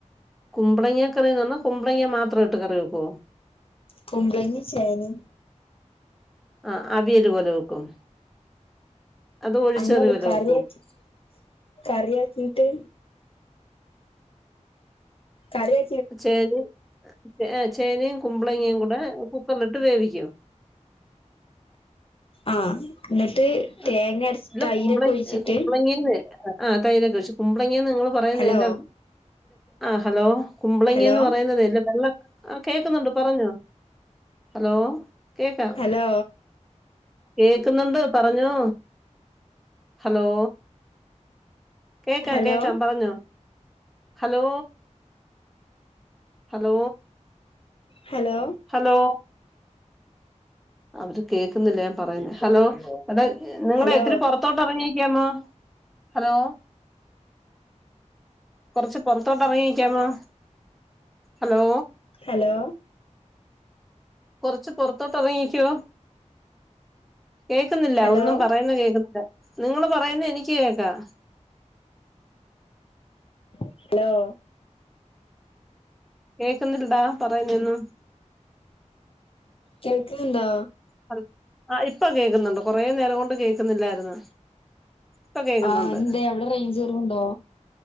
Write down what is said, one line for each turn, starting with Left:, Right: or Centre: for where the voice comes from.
Centre: കുമ്പളങ്ങ കറിന്ന് പറഞ്ഞാൽ കുമ്പളങ്ങ മാത്ര ഇട്ട് കറി വെക്കുവോ
Left: കുമ്പളങ്ങേ ചേനേം
Centre: ആഹ അവിയല് പോലെ വെക്കും അത് ഒഴിച്ചെറി
Left: അങ്ങനെല്ല
Centre: പോലെ
Left: കറിയാക്കി
Centre: വെക്കോ
Left: കറിയാക്കിട്ട് കറി
Centre: ചേന ഏഹ ചേനയും കുമ്പളങ്ങയും കൂടെ കുക്കറിലിട്ട് വേവിക്ക
Left: ആഹ് എന്നിട്ട്
Centre: ആഹ
Left: തേങ്ങ അരച്ചിട്ട്
Centre: ഇല്ല
Left: അയിലൊക്കെ
Centre: കുമ്പള
Left: ഒഴിച്ചിട്ട്
Centre: കുമ്പളങ്ങേന്ന് ആഹ തൈരക്കെ വച്ചു കുമ്പളങ്ങിയന്ന് നിങ്ങള് പറയുന്നല്ല
Left: ഹലോ
Centre: ആഹ് ഹലോ കുമ്പളങ്ങിയന്ന്
Left: ഹലോ
Centre: പറയുന്നതേ അല്ലേ വെള്ള ആഹ കേൾക്കുന്നുണ്ട് പറഞ്ഞോ ഹലോ കേക്കാം
Left: ഹലോ
Centre: കേക്കുന്നുണ്ട് പറഞ്ഞോ ഹലോ കേക്കാം
Left: ഹലോ
Centre: കേക്കാം പറഞ്ഞോ ഹലോ ഹലോ
Left: ഹലോ
Centre: ഹലോ അവര് കേൾക്കുന്നില്ല ഞൻ പറയുന്ന ഹലോ <unintelligible> നിങ്ങളെ
Left: ഹലോ
Centre: പുറത്ത് ത്തോട്ട് ഇറങ്ങിയിരിക്കാമോ ഹലോ കുറച്ച് പുറത്തോട്ട് ഇറങ്ങിയിരിക്കാമോ ഹലോ
Left: ഹലോ
Centre: കുറച്ച് പുറത്തോട്ട് ഇറങ്ങിക്കുവോ കേക്കുന്നില്ല
Left: ഹലോ
Centre: ഒന്നും പറയുന്നെ കേൾക്കുന്നില്ല നിങ്ങള് പറയുന്ന എനിക്ക് കേക്കാം
Left: ഹലോ
Centre: കേക്കുന്നില്ലടാ പറയുന്നെ ഒന്നും
Left: കേൾക്കുന്നുണ്ടാ
Centre: ഹ ആ ഇപ്പൊ കേക്കുന്നുണ്ട് കൊറെ നേരം കൊണ്ട് കേക്കുന്നില്ലായിരുന്നു ഇപ്പൊ കേക്കുന്നുണ്ട്
Left: ആഹ് എന്തെ അവിടെ റേഞ്ച് കുറവ് ഉണ്ടോ